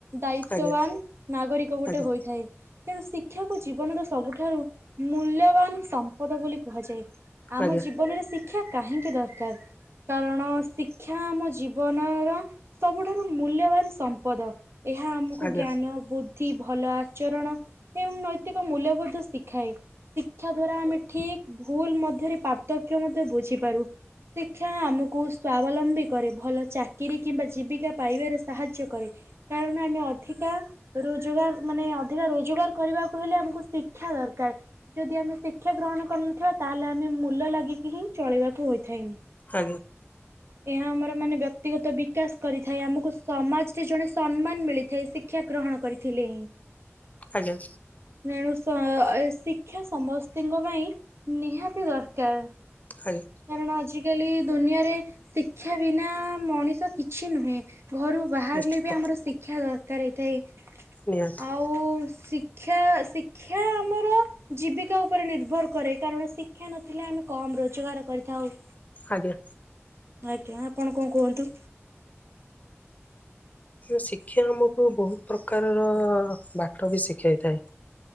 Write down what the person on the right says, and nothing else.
ଦାୟିତ୍ବବାନ୍,
ନା
ଟ୍ୟ ହୋଇଥାଏ। ତେଣୁ ଶିକ୍ଷାକୁ ଜୀବନର ସବୁଠୁ ଠାରୁ ମୂଲ୍ୟବାନ ସମ୍ପଦ ବୋଲି କୁହାଯାଏ। ଆମ
ଜୀବନରେ ଶିକ୍ଷା କାହିଁକି ଦର୍ କାର। କାରଣ ଶିକ୍ଷା ଆମ ଜୀବନର, ସବୁଠାରୁ ମୂଲ୍ୟବାନ ସମ୍ପଦ। ଏହା ଆମକୁ
ଜ୍ଞାନ, ବୁଦ୍ଧି, ଭ ଭଲ ଆଚରଣ ଏବଂ ନୈତିକ ମୂଲ୍ୟବୋଧ ଶିଖାଏ ଶିକ୍ଷା ଦ୍ୱାରା ଆମେ ଠିକ୍ ଭୁଲ ମଧ୍ୟରେ ପାର୍ଥକ୍ୟ ମଧ୍ୟ ବୁଝିପାରୁ। ଶିକ୍ଷା ଆମକୁ ଅବଲମ୍ବୀ କରେ। ଭଲ ଚାକିରି କିମ୍ବା ଜୀବିକା ପାଇବାରେ ସାହାଯ୍ୟ କରେ। କାରଣ ଆମେ ଅଧିକା ରୋଜଗାର ମାନେ ଅଧିକା ରୋଜଗାର, କରିବାକୁ ହେଲେ ଆମକୁ ଶିକ୍ଷା ଦରକାର। ଯଦି ଆମେ ଶିକ୍ଷା ଗ୍ରହଣ କରିନଥିବା ତାହେଲେ ଆମେ ମୁୂଲ ଲାଗିକି ହିଁ ଚଳିବାକୁ ହୋଇଥାଏଁ।
ଏହା ଆମର ମାନେ ବ୍ୟକ୍ତିଗତ ବିକାଶ କରି ଥାଏ। ଆମକୁ ସମାଜ ରେ ଜଣେ ସମ୍ମାନ ମିଳିଥାଏ। ଶିକ୍ଷା ଗ୍ରହଣ କରିଥିଲେଁ।
ତେଣୁ ସ ଏ ଶିକ୍ଷା ସମସ୍ତଙ୍କ ପାଇଁ, ନିହାତି ଦରକାର?
କାରଣ ଆଜିକାଲି ଦୁନିଆରେ ଶିକ୍ଷା ବିନା ମଣିଷ କିଛି ନୁହେଁ। ଘରୁ ବାହାରିଲେ
ବି ଆମର ଶିକ୍ଷା ଦରକାର ହେଇଥାଏ।
ଆଉ ଶିକ୍ଷା ଶିକ୍ଷା ଆମର ଜୀବିକା ଉପରେ ନିର୍ଭର କରେ କାରଣ ଶିକ୍ଷା ନଥିଲେ ଆମେ କମ୍ ରୋଜଗାର କରିଥାଉ।
ଆଜ୍ଞା ଆପଣ କଣ କୁହନ୍ତୁ?